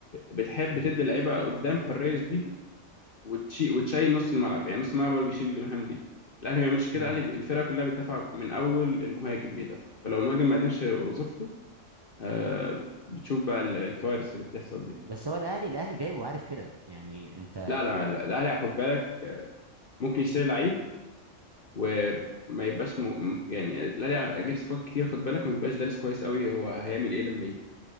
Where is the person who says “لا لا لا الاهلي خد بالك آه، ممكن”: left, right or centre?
Left